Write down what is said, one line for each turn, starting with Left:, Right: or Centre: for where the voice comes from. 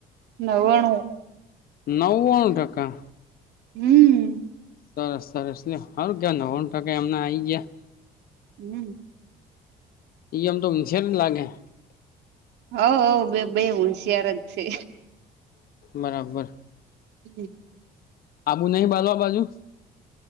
Right: નવાણું.
Left: નવણું ટકા
Right: હમ.
Left: સરસ સરસ ને હારુ કેવાય નવાણું ટકા એમને આઈ ગયા
Right: હમ.
Left: એ અમ તોઉ ની છેેને લાગે- -
Right: હવ હવ બે બે હોશિયાર જ છે.
Left: બરાબર- -
Right: હમ.
Left: આબુ નહિ બાલવા બાજુ- -